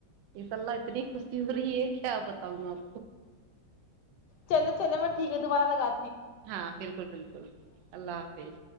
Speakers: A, on the right (about 80°); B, on the left (about 70°).
A: اسس اللہ اتنی خوشی ہو رہی ہے کیا بتا تو آپ
B: چلو چلو میں ٹھیک ہے دوارہگا
A: ہاں بالکل بالکل اللہ حافظ